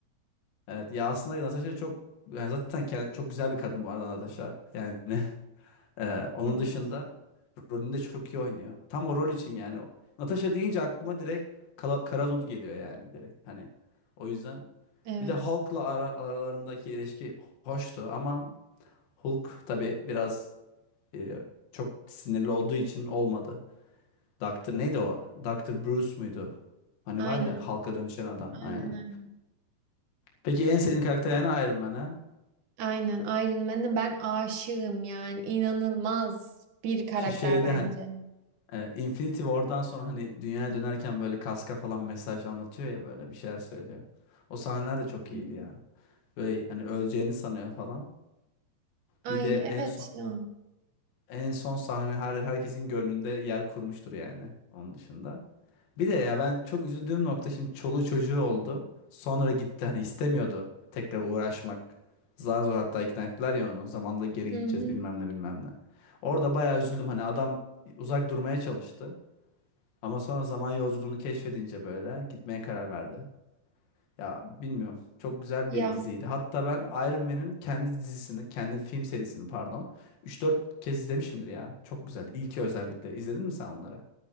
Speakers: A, on the left (about 65°); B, on the right (about 60°).
A: Evet ya aslında Natasha çok yani zaten ke- çok güzel bir kadın bu arada Natasha. Yani <laughs> e, onun
B: <laughs> Evet.
A: dışında rolünde çok iyi oynuyor. Tam o rol için yani. Natasha deyince aklıma direkt Kala, Karadul geliyor yani direkt. Hani o yüzden
B: Evet.
A: bir de Hulk'la ara, aralarındaki ilişki hoştu ama Hulk tabii biraz e, çok sinirli olduğu için olmadı. Doktor neydi o? Doktor Bruce muydu? Hani
B: Aynen.
A: var ya halka dönüşen adam
B: Aynen
A: aynen.
B: aynen.
A: Peki en sevdiğin karakter yani Iron Man ha?
B: Aynen Iron Man'e ben aşığım yani inanılmaz bir karakter
A: Şu şeyden
B: bence.
A: e, Infinity War'dan sonra hani dünyaya dönerken böyle kaska falan mesaj anlatıyor ya böyle bir şeyler söylüyor. O sahneler de çok iyiydi
B: Hı hı.
A: ya. Böyle hani öleceğini sanıyor falan.
B: Ay
A: Bir de
B: evet
A: en son
B: ya.
A: en son sahne her, herkesin gönlünde yer kurmuştur yani onun dışında. Bir de ya ben çok üzüldüğüm nokta şimdi çoluğu çocuğu oldu. Sonra gitti hani istemiyordu tekrar uğraşmak. Zar zor hatta ikna ettiler ya onu. Zamanında geri
B: Hı
A: gideceğiz
B: hı.
A: bilmem ne bilmem ne. Orada bayağı üzüldüm hani adam uzak durmaya çalıştı. Ama sonra zaman yolculuğunu keşfedince böyle gitmeye karar verdi. Ya bilmiyorum çok güzel
B: Ya
A: bir diziydi. Hatta ben Iron Man'in kendi dizisini, kendi film serisini pardon 3-4 kez izlemişimdir ya. Çok güzel. İlki özellikle. İzledin mi sen onları?